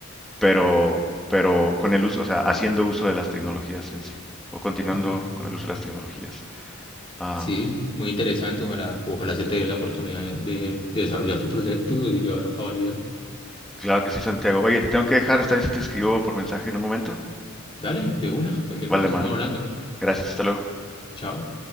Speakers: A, in the centre; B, on the left (about 25°).
A: pero, pero con el uso, o sea, haciendo uso de las tecnologías en sí, o continuando
B: Oh,
A: con el uso de las tecnologías. Ah,
B: sí, muy interesante, ojalá, ojalá se te dé la oportunidad de, de desarrollar tu proyecto y llevarlo a cabalidad.
A: claro que sí, Santiago. Oye, te tengo que dejar, está bien si te escribo por mensaje en un momento.
B: Dale, de una, cualquier
A: Vale,
B: cosa estamos
A: mano.
B: hablando.
A: Gracias, hasta luego.
B: Chao.